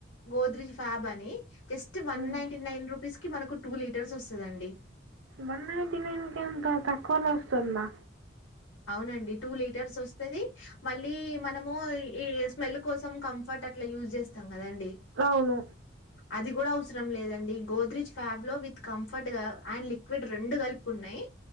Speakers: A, on the left (about 85°); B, on the right (about 85°).
A: గోద్రెజ్ ఫాబ్ అని జస్ట్ వన్
B: హ్మ్.
A: నైటీ నైన్ రూపీస్ కీ మనకు టూ లీటర్స్ వసదండి.
B: వన్ నైటీ నైన్ కేనకో తక్కవలో వస్తుందా.
A: అవునండి టూ లీటర్స్ వస్తది. మళ్ళీ మనము ఈఈ స్మెల్ కోసం కాఫర్ట్ ఇట్లా యూజ్ జెస్తం గదండి
B: అవును
A: అదివ్ ఉడ్ అవసరం లేదండి గోద్రేజ్ ఫ్యాబ్ లో విత్ కంఫర్ట్ గా అండ్ లిక్విడ్ రెండు గాలుపునాయ్.